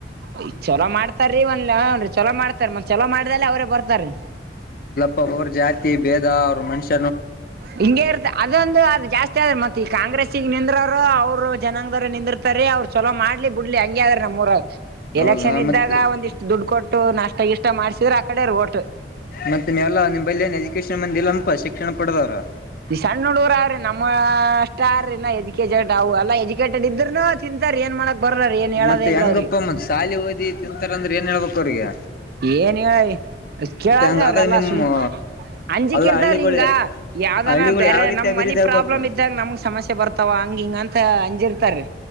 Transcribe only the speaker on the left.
ಕರ್ಮುರಿ ಜಾತಿ ಭೇದ ಅವ್ರ ಮನುಷ್ಯ.
ಹೌದಾ
ಮತ್
ಮತ್ತೆ ನೀವೆಲ್ಲಾ ನಿಮ್ಮ್ ಬಲ್ಲಿ ಏನ್ ಎಜುಕೇಶನ್ ನಮ್ದು ಇಲ್ಲ ಅನಪಾ ಶಿಕ್ಷಣ ಪಡದವ್ರು.
ಮತ್ತೆ ಹೆಂಗಪ್ಪ
ಮತ್ ಸಾಲಿ ಓದಿ ತಿಂತಾರ ಅಂದ್ರೆ ಏನ್ ಹೇಳ್ಬೇಕು ಅವ್ರಗೆ.
ಹಂಗಾದಾಗ
ನಿಮ್ಮ
ಅಲ್ಲ
ಹಳ್ಳಿಗಳೇ
ಹಳ್ಳಿಗಳು
ಯಾವ ರೀತಿ
ಅಭಿವೃದ್ಧಿ
ಆಗ್ಬೇಕ